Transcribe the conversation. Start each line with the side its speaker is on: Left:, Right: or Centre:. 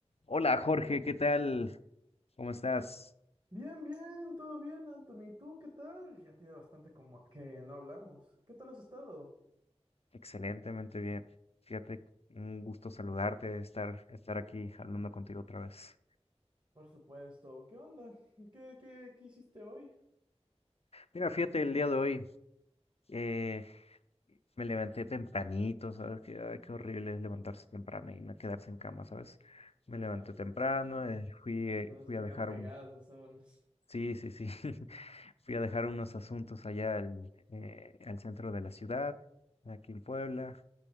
Left: Hola Jorge, ¿qué tal? ¿Cómo estás?
Right: Bien, bien, todo bien, Anthony. ¿Y tú qué tal? Ya tiene bastante como que no hablamos. ¿Qué tal has estado?
Left: Excelentemente bien. Fíjate, un gusto saludarte, estar, estar aquí hablando contigo otra vez.
Right: Por supuesto. ¿Qué onda? ¿Qué, qué, qué hiciste hoy?
Left: Mira, fíjate, el día de hoy eh, me levanté tempranito, ¿sabes? Que, ay, qué horrible es levantarse temprano y no quedarse en cama, ¿sabes? Me levanté
Right: Ah,
Left: temprano, eh, fui, eh,
Right: cuando
Left: fui
Right: se te
Left: a dejar
Right: quedan pegadas
Left: un...
Right: las sábanas.
Left: Sí, sí, sí. <laughs> Fui a dejar unos asuntos allá al, eh, al centro de la ciudad, aquí en Puebla,